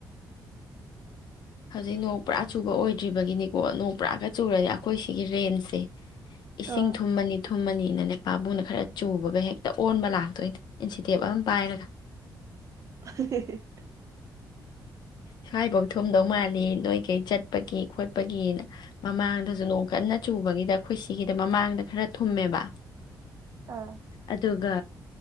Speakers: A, on the left; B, on the right.
A: ꯍꯧꯖꯤꯛ ꯅꯣꯡ ꯄꯨꯔꯥ ꯆꯨꯕ ꯑꯣꯏꯗ꯭ꯔꯤꯕꯒꯤꯅꯤꯀꯣ ꯅꯣꯡ ꯄꯨꯔꯥꯒ ꯆꯨꯔꯗꯤ ꯑꯈꯣꯏ ꯁꯤꯒꯤ ꯔꯦꯟꯁꯦ ꯏꯁꯤꯡ
B: ꯑꯥ
A: ꯊꯨꯝꯃꯅꯤ ꯊꯨꯝꯃꯅꯤꯅꯅꯦ ꯄꯥꯥꯕꯨꯅ ꯈꯔ ꯆꯨꯕꯒ ꯍꯦꯛꯇ ꯑꯣꯟꯕ ꯂꯥꯛꯇꯣꯏꯅꯦ ꯏꯟꯖꯤꯗꯦꯞ ꯑꯝ ꯄꯥꯏꯔꯒ
B: <unintelligible>
A: ꯁ꯭ꯋꯥꯏꯐꯥꯎ ꯊꯨꯝꯗꯧ ꯃꯥꯜꯂꯤ ꯅꯣꯏ ꯀꯩ ꯆꯠꯄꯒꯤ ꯈꯣꯠꯄꯒꯤꯅ ꯃꯃꯥꯡꯗꯁꯨ ꯅꯣꯡ ꯀꯟꯅ ꯆꯨꯕꯒꯤꯗ ꯑꯈꯣꯏ ꯁꯤꯒꯤꯗ ꯃꯃꯥꯡꯗ ꯈꯔ ꯊꯨꯝꯃꯦꯕ
B: ꯑꯥ
A: ꯑꯗꯨꯒ